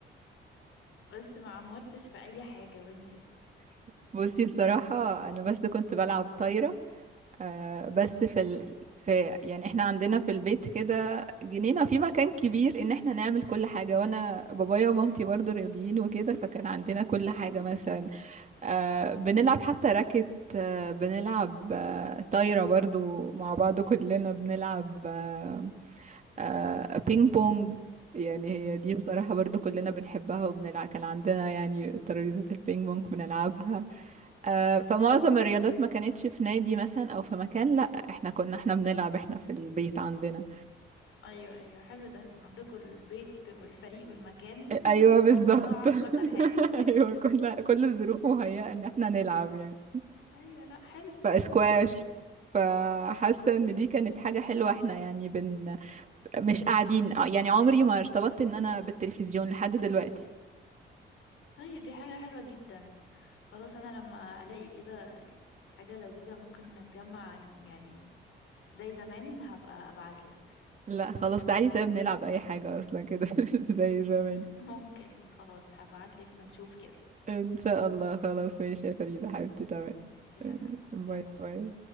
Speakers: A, on the left; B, on the right.
A: بس ما عمرتش في أي حاجة وانتي
B: <laughs> بصي بصراحة أنا بس كنت بلعب طايرة آه، بس في ال... في يعني احنا عندنا في البيت كده جنينة في مكان كبير ان احنا نعمل كل حاجة وانا بابايا ومامتي برضو رياضيين وكده فكان عندنا كل حاجة
A: اه
B: مثلا
A: حلو
B: آه بنلعب حتى راكت آه بنلعب آه طايرة برضو مع بعض كلنا بنلعب آه آه بينج بونج يعني هي دي بصراحة برضو كلنا بنحبها وبنلعب كان عندنا يعني ترابيزة البينج بونج بنلعبها آه، فمعظم الرياضات ما كانتش في نادي مثلا او في مكان لا احنا كنا احنا بنلعب احنا في البيت عندنا
A: ايوه ايوه حلو ده عندكم البيت والفريق والمكان
B: ايوه
A: <laughs>
B: بالظبط
A: والبضاعة وكل حاجة
B: <laughs> ايوه
A: <laughs>
B: كل كل الظروف مهيئة ان احنا نلعب يعني
A: ايوه لا حلو
B: فاسكواش
A: حلو
B: فحاسه ان دي كانت حاجه حلوه احنا يعني بن مش قاعدين آه، يعني عمري ما ارتبطت ان انا بالتلفزيون لحد دلوقتي
A: طيب دي حاجة حلوة جدا خلاص انا لما الاقي كده حاجة لذيذة ممكن نتجمع عن يعني زي زمان هبقى ابعتلك
B: لا خلاص تعالي طيب نلعب اي حاجه اصلا كده <laughs> زي زمان
A: <laughs> ممكن خلاص هبعتلك ونشوف كده
B: ان شاء الله خلاص ماشي يا فريده حبيبتي تمام
A: ماشي يلا باي
B: باي باي